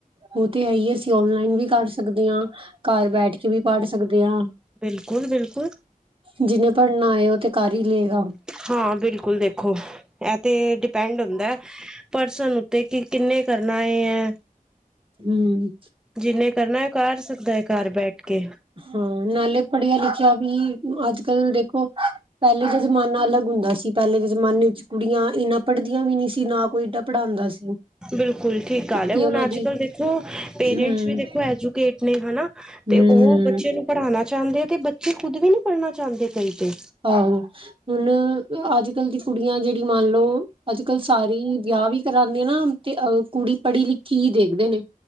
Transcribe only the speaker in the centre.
ਬਿਲਕੁਲ ਬਿਲਕੁਲ
ਹਾਂ ਬਿਲਕੁਲ ਦੇਖੋ ਇਹ ਤੇ ਡਿਪੈਂਡ ਹੁੰਦਾ ਹੈ। ਪਰਸਨ ਉੱਤੇ ਕਿ ਕਿੰਨੇ ਕਰਨਾ ਹੈ।
ਜਿੰਨੇ ਕਰਨਾ ਕਰ ਸਕਦਾ ਹੈ ਘਰ ਬੈਠ ਕੇ।
ਬਿਲਕੁਲ ਠੀਕ ਗੱਲ ਹੈ।
ਹੁਣ
ਅੱਜ
ਕੱਲ੍ਹ ਦੇਖੋ ਪੇਰੈਂਟਸ
ਵੀ ਦੇਖੋ ਐਜੂਕੇਟ ਨੇ ਹਨਾ।
ਤੇ ਉਹ ਬੱਚੇ
ਪੜ੍ਹਾਉਣਾ ਚਾਹੁੰਦੇ ਆ ਤੇ ਬੱਚੇ ਖੁਦ ਵੀ ਨਹੀਂ ਪੜ੍ਹਨਾ ਚਾਹੁੰਦੇ ਕਈ ਤੇ।